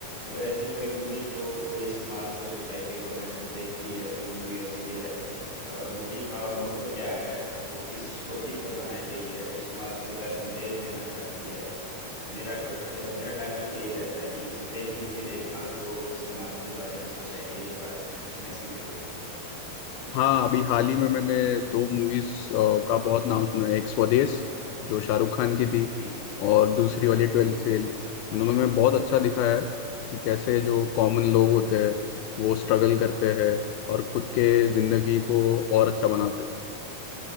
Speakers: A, on the left (about 35°); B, on the left (about 85°).
A: अगर ऐसी कोई मूवी जो कोई समाज को सोसाइटी को मैसेज देखती है तो वो मूवी अच्छी है और मूवी का मोटो क्या है वो किस टॉपिक पर बनाई गई है वो समाज को क्या संदेश देना चाहती है अ, मेरा टॉप अ, मेरा टारगेट यही रहता है कि इस तरह की मूवी देखना जो समाज के बारे में सोसाइटी के बारे में कुछ मैसेज देती हो
B: हाँ अभी हाल ही में मैंने दो मूवीज का बहुत नाम सुना है एक स्वदेश जो शाहरुख खान की थी
A: हम्म
B: और दूसरी वाली ट्वेल्थ
A: हम्म हम्म
B: फेल इन्होंने में बहुत अच्छा दिखाया है कि कैसे जो कॉमन
A: Caramba.
B: लोग होते हैं वो स्ट्रगल करते हैं और खुद के जिंदगी को और अच्छा बनाते हैं